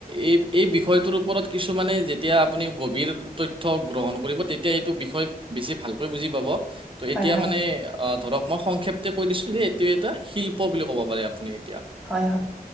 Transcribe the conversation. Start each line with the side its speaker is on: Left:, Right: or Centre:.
Right: এই এই বিষয়টোৰ ওপৰত কিছুমানে যেতিয়া আপুনি গভীৰ তথ্য গ্ৰহণ কৰিব তে তিয়া এইটো বিষয় বেছি ভালকৈ বুজি পাব। ত
Centre: হয়
Right: এতিয়া
Centre: হয়
Right: মানে অ ধৰক মই সংক্ষেপ্তে কৈ দিছিলো যে এইটো এটা শিল্প বুলি কব পাৰে আপুনি। এতিয়া
Centre: হয়, হয়